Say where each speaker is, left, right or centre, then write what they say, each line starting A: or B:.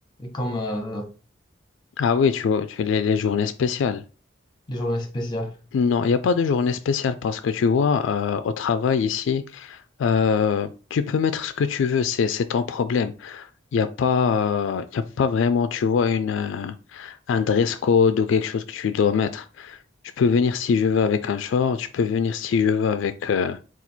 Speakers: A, on the left; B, on the left.
A: comme euh,
B: Ah oui, tu vois, tu, les, les journées spéciales.
A: les journées spéciales?
B: Non, il n'y a pas de journée spéciale parce que tu vois, euh, au travail ici, euh, tu peux mettre ce que tu veux, c'est, c'est ton problème. Il n'y a pas, euh, il y a pas vraiment, tu vois, une, euh, un dress code ou quelque chose que tu dois mettre. Je peux venir si je veux avec un short, je peux venir si je veux avec, euh,